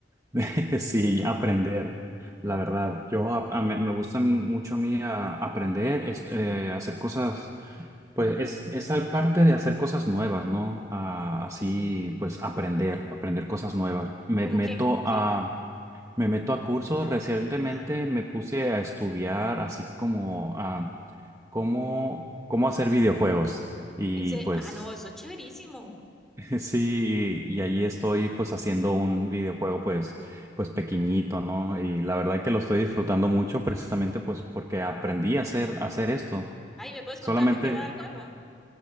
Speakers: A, on the right (about 15°); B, in the centre.
A: <laughs> sí, aprender, la verdad. Yo ap- a- me, me gusta mucho a mí ah, aprender, est- eh, hacer cosas, pues es, es al parte de hacer cosas nuevas, ¿no? Ah, así, pues aprender, aprender cosas nuevas. Me
B: ¿Cómo
A: meto
B: qué? ¿Cómo qué?
A: a Me meto a cursos. Recientemente
B: Ah,
A: me puse a estudiar así como ah, cómo, cómo hacer videojuegos. Y
B: ese,
A: pues
B: ah, no, eso es chéverísimo.
A: <laughs> sí, y, y ahí estoy pues haciendo un videojuego pues, pues pequeñito, ¿no? Y la verdad que lo estoy disfrutando mucho precisamente pues porque aprendí a hacer, a hacer esto.
B: Ay, ¿me puedes
A: Solamente
B: contar de qué va el juego?